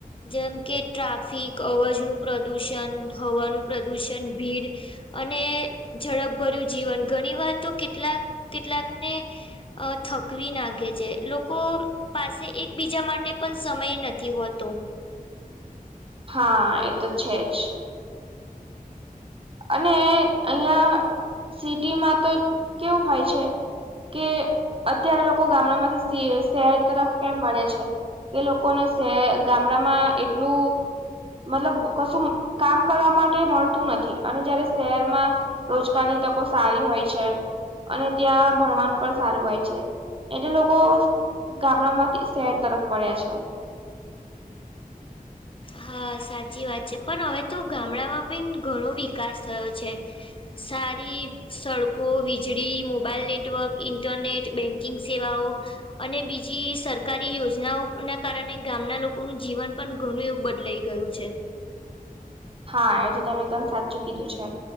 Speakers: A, on the left; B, on the right.
A: જેમ કે ટ્રાફિક અવાજ ન પ્રદુષણ હવાનું પ્રદુષણ ભીડ અને ઝડપભર્યું જીવન ઘણી વાર તો કેટલાક કેટલાકને અ થકવી નાખે છે, લોકો પાસે એકબીજા માટે પણ સમય નથી હોતો.
B: હા એ તો છે જ અને અહિયાં સિટીમાં તો કેવું હોય છે. કે અત્યારે લોકો ગામડા માંથી શહેર તરફ કેમ બને છે. કે લોકો ને છે ગામડામાં એટલું મતલબ કશું કામ કરવા માટે મળતું નથી. અને જયારે શહેરમાં રોજગારની તકો સારી હોય છે અને ત્યાં ભણવાનું પણ સારું હોય છે એટલે લોકો ગામડા માંથી શહેર તરફ વળ્યા છે.
A: હા સાચી વાત છે પણ હવે તો ગામડામાં પણ ઘણો વિકાસ થયો છે. સારી સડકો વીજળી મોબાઈલ નેટવર્ક ઇન્ટરનેટ બેંકિંગ સેવાઓ અને બીજી સરકારી યોજનાઓ ના કારણે ગામના લોકોનું જીવન પણ ઘણું એવું બદ લઈ ગયું છે
B: હા એ તો તમે એકદમ સાચું કીધું છે